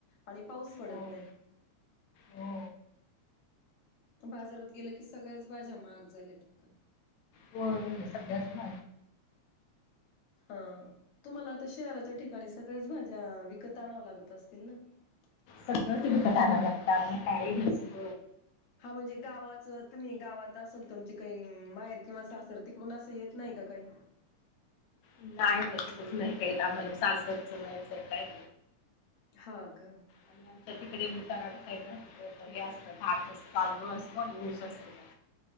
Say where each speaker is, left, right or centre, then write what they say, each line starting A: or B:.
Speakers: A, on the left (about 60°); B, on the left (about 85°).
A: आणि पाऊस पडत
B: हो
A: नाही
B: हो
A: बाजारात गेले की सगळ्याच भाज्या महाग झाल्यात आता
B: होय होय सगळ्याच म
A: हा तुम्हाला आता शहराच्या ठिकाणी सगळ्याच भाज्या विकत आणाव्या लागत असतील ना
B: सगळंचडुपतना लागत मण काय घ शिक
A: हा म्हणजे गावाचं तुम्ही गावात असाल तुमची काही माहेर किंवा सासर तिकडून असं येत नाही काही
B: नाही नाही तिकडून नाही का येत आम्हाला सासरचं नाहीचं काय
A: हा का
B: अ तर तिकडे मुतारा साईडला हे असतं ढक असत तांदळ असतो आणि ऊस असतो त्या